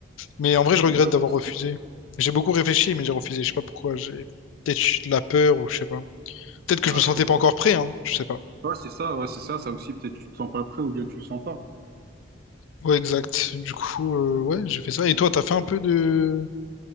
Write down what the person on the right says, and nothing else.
Ouais,
c'est-
ouais,
après,
bon.
Ouais, c'est ça, ouais, c'est ça, ça aussi, peut-être tu te sens pas prêt ou bien tu le sens pas.